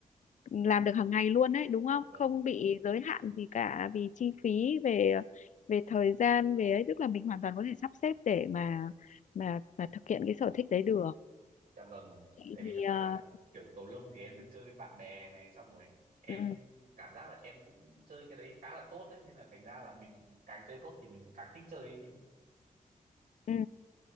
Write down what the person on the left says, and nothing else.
làm được hàng ngày luôn đấy đúng không
không bị giới hạn gì cả vì chi phí về về thời gian về ấy tức là mình hoàn toàn có thể sắp xếp để mà mà mà thực hiện cái sở thích đấy được
chị
thì
ờ,
ừ,
ừ,